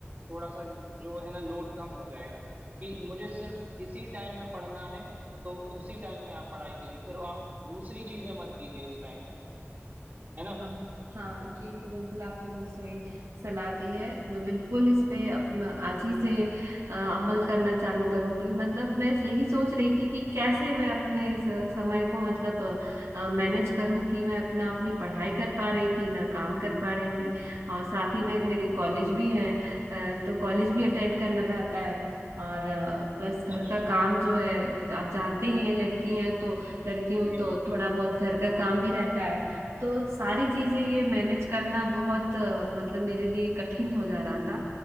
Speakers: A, on the right (about 40°); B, on the right (about 85°).
A: थोड़ा सा जो है ना लोड कम हो जाएगा कि मुझे सिर्फ इसी टाइम में पढ़ना है तो उसी टाइम में आप पढ़ाई कीजिए फिर आप दूसरी चीजें मत कीजिए उस टाइम में है ना
B: हाँ हाँ, ये तो बिल्कुल आपने मुझे सही सलाह दी है मैं बिल्कुल इस पे अप- आज ही से अ, अमल करना चालू करूंगी मतलब मैं यही सोच रही थी कि कैसे मैं अपने इस समय को मतलब मैनेज करूं कि मैं अपना अपनी पढ़ाई कर पा रही थी ना काम कर पा रही थी और साथ ही में मेरे कॉलेज भी है अ, तो कॉलेज भी अटेंड करना रहता है और प्लस घर
A: अच्छा
B: का काम जो है आप जानते ही हैं लड़की हैं तो लड़कियों
A: जी
B: तो थोड़ा बहुत घर का काम भी रहता है तो सारी चीजें ये मैनेज
A: बिल्कुल
B: करना बहुत अ, मतलब मेरे लिए कठिन हो जा रहा था